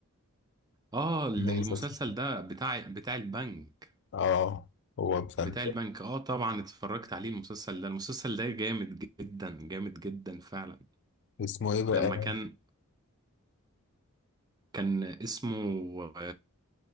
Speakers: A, on the right (about 15°); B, on the left (about 55°).
A: آه ال-
B: المسلسل
A: المسلسل ده بتاع بتاع البنك
B: اه هو مثلا
A: بتاع البنك آه طبعا اتفرجت عليه المسلسل ده المسلسل ده جامد جدا جامد جدا فعلا
B: اسمه ايه بقى
A: لما كان كان اسمه